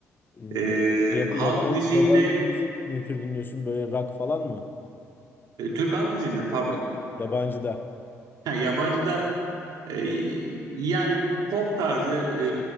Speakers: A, on the left; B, on the right.
A: Ee,
B: Ee,
A: yab-
B: halk
A: yabancı
B: müziğinde,
A: yabancı müzik ne tür dinliyorsun? Böyle rock falan mı?
B: e, Türk halk müziğinde pardon,
A: Yabancı da.
B: ha, yabancıda e, yani pop tarzı e,